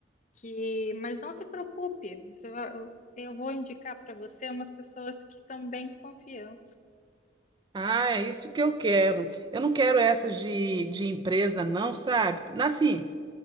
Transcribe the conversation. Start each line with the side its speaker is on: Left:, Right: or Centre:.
Left: Que, mas não se preocupe, você vai- eu vou indicar para você umas pessoas que são bem confiança.
Right: Ah, é isso que eu quero. Eu não quero essas de, de empresa, não, sabe? Assim,